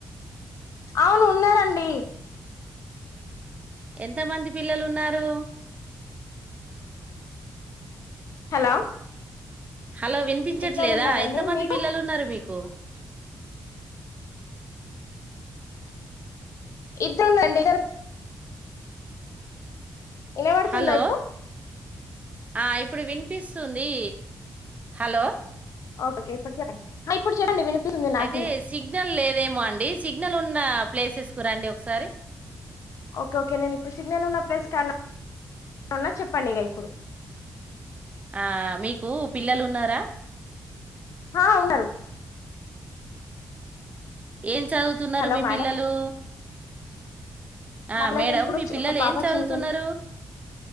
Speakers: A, on the left; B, on the right.
A: అవును ఉన్నారండి
B: ఎంత మంది పిల్లలు ఉన్నారు
A: హలో
B: హలో వినిపించట్లేదా
A: ఇద్దరు ఉన్నారండి
B: ఎంతమంది
A: మీకు
B: పిల్లలు ఉన్నారు మీకు
A: ఇద్దరుండండి ఇర ఇనపడుతుందా
B: హలో
A: ఇప్పు
B: ఆ ఇప్పుడు వినిపిస్తుంది హలో
A: ఓకే ఇప్పుడు చెప్పండి ఇప్పుడు చెప్పండి వినిపిస్తుంది నాకి
B: అయితే సిగ్నల్ లేదేమో అండి సిగ్నల్ ఉన్ ప్లేసెస్ కు రండి ఒకసారి
A: ఓకే ఓకే నేను ఇప్పుడు సిగ్నల్ ఉన్న ప్లేస్ కానె ఉన్నా చెప్పండి ఇక ఇప్పుడు
B: ఆ మీకు పిల్లలున్నారా
A: హా ఉన్నారు
B: ఏన్ చదువుతున్నారు
A: హలో
B: మీ
A: మేడం
B: పిల్లలు ఆ
A: మా పిల్లలు
B: మేడం
A: ఇప్పుడు
B: మీ పిల్లలు
A: ఒక పాప
B: ఏం చదువుతున్నారు
A: చిన్న